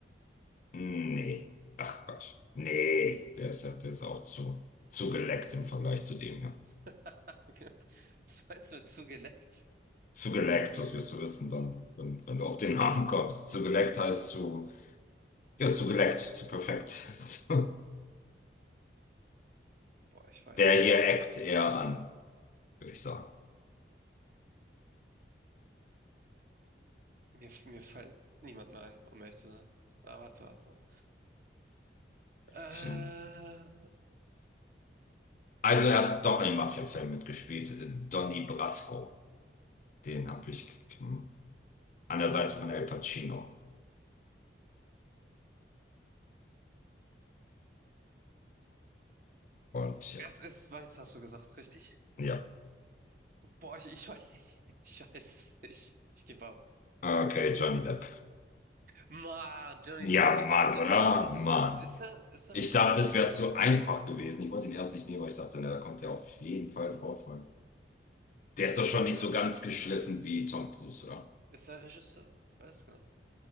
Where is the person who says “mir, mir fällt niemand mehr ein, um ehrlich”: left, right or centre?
Right